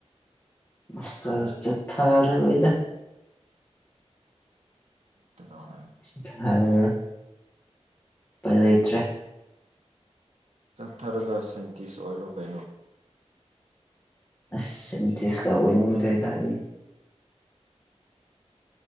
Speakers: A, on the left; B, on the right.
A: ꯃꯥꯁꯇ꯭ꯔ ꯆꯠꯊꯔꯔꯣꯏꯗ
B: ꯀꯩꯗꯧꯔꯦ
A: <unintelligible> ꯎꯄꯥꯢ ꯂꯩꯇ꯭ꯔꯦ
B: ꯆꯠꯊꯔꯒ ꯁꯥꯏꯟꯇꯤꯁ ꯑꯣꯏꯔꯣ ꯀꯩꯅꯣ
A: ꯑꯁ ꯁꯥꯏꯟꯇꯤꯁꯀ ꯑꯣꯏꯅꯤꯡꯗ꯭ꯔꯦꯗ ꯑꯩ